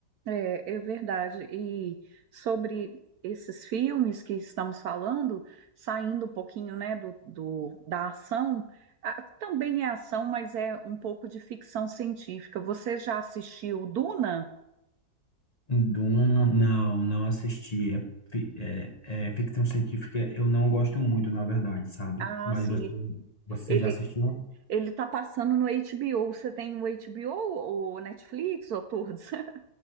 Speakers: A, on the right; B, on the left.
A: É, é verdade. E sobre esses filmes que estamos falando, saindo um pouquinho, né, do, do- da ação, ah, também é ação, mas é um pouco de ficção científica. Você já assistiu Duna?
B: Duna, não, não assisti. É, fi- é, é ficção científica, eu não gosto muito, na verdade, sabe?
A: Ah,
B: Mas
A: sim.
B: você, você
A: Ele
B: já assistiu?
A: ele está passando no HBO. Você tem o HBO ou Netflix ou todos? <laughs>